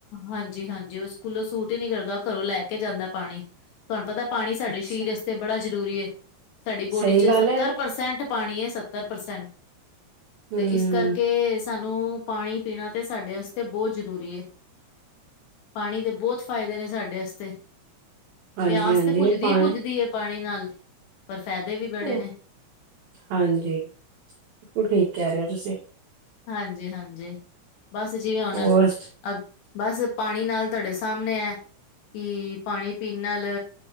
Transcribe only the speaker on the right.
ਅੱਛਾ
ਸਹੀ
ਗੱਲ
ਹੈ
ਹਮ
ਹਾਂਜੀ-ਹਾਂਜੀ
ਨੀ ਪਾਏ
ਉਹ
ਹਾਂਜੀ ਬਿਲਕੁਲ ਠੀਕ ਕਹਿ ਰਹੇ ਹੋ ਤੁਸੀਂ
ਹੋਰ